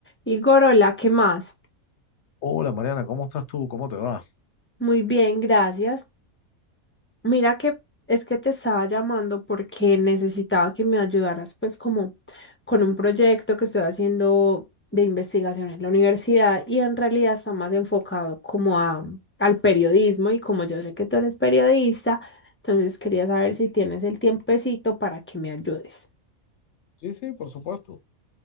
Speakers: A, on the left; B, on the left.
A: Y Gorola, ¿qué más?
B: Hola Mariana, ¿cómo estás tú? ¿Cómo te va?
A: Muy bien, gracias. Mira que es que te estaba llamando porque necesitaba que me ayudaras pues como con un proyecto que estoy haciendo de investigación en la universidad y en realidad está más enfocado como a, al periodismo y como yo sé que tú eres periodista, entonces quería saber si tienes el tiempecito para que me ayudes.
B: Sí, sí, por supuesto.